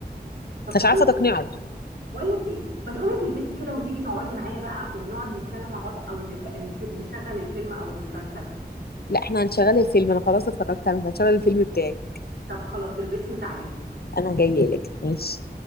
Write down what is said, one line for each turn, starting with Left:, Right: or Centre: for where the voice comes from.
Right: طب
Left: مش
Right: بقول
Left: عارفه
Right: لك
Left: تقنعه
Right: بقول لك ايه ما تقومي تلبسي كده وتيجي تقعدي معايا بقى ونقعد نتكلم مع بعض او نف... نف... نشغل الفيلم او المسلسل
Left: لا احنا هنشغل الفيلم انا خلاص اتفرجت على هنشغل الفيلم بتاعي
Right: طب خلاص البسي وتعالي لي
Left: انا جايه لك ماشي